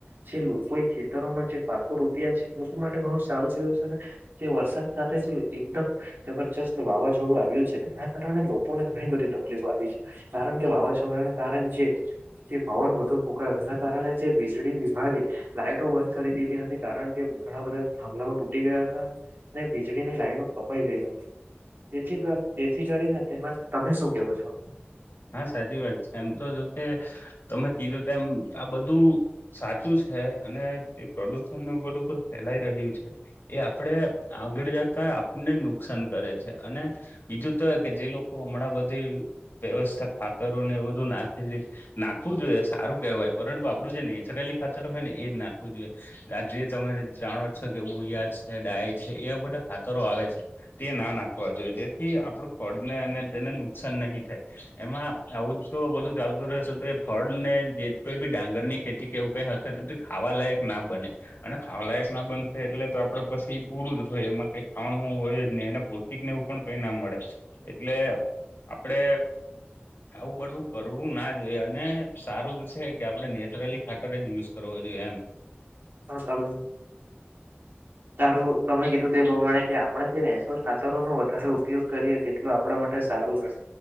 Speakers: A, on the right; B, on the left.
A: જે લોકોએ ખેતરોમાં જે પાકો રોપ્યા છે. એ લોકો માટે ઘણું સારું છે જે વરસાદ સાથે છે એકદમ જબરજસ્ત વાવાઝોડું આવ્યું છે. એના કારણે લોકોને ઘણી બધી તકલીફો આવી છે. કારણ કે વાવાઝોડાંને કારણ જે જે પવન વધુ ફૂંકાયો તેના કારણે જે વીજળી વિભાગે લાઈટો બંધ કરી દીધી હતી. કારણ કે ઘણાં બધાં થાંભલાઓ ટૂ ટી ગયા હતા અને વીજળીની લાઈનો કપાઈ ગઈ હતી. તેથી ક તેથી કરીને તેમાં તમે શું કેવો છો?
B: હા, સાચી વાત છે એમ તો જોકે તમે કીધું તેમ આ બધું સાચું છે અને તે પ્રદૂષણ ઉપર ઉપર ફેલાઈ રહ્યું છે. એ આપડે આગળ જતા આપણને નુકસાન કરે છે અને બીજું તો કે જે લોકો હમણાં બધી વ્યવસ્થા ખાતરોને એ બધું નાખલી નાખવું જોઈએ સારું કહેવાય પરંતુ આપડું જે નેચરલી ખાતર હોય ને એ જ નાખવું જોઈએ. આજે તમે જાણો છો કે ઉડિયા છે ડાય છે એવા બધા ખાતરો આવે છે. તે ના નાખવા જોઈએ જેથી આપડું ફળને અને તેને નુકસાન નહીં થાય. એમાં આવું જ તો બધું ચાલતું રહેશે તો ફળ ને જે કોઈ બી ડાંગર ની ખેતી કેવું કઈ હ તેથી ખાવાલાયક ના બને. અને ખાવાલાયક ના બનશે એટલે તો આપડે પછી પૂરું જ હોય એમાં કઈ ખાવાનું હોય જ નહી એના પોસ્ટિકને એવું પણ કઈ ના મળે એટલે આપડે આવું બધું કરવું ના જોઈએ અને સારું છે કે આપડે નેચરલી ખાતર જ યુઝ કરવો જોઈએ એમ.
A: હ તમ તારું તમે કીધું તે પ્રમાણે કે આપ આપડે જે નનેસો ખાતરો નો વધારે ઉપયોગ કરીએ તેટલા આપડા માટે સારું ગણે.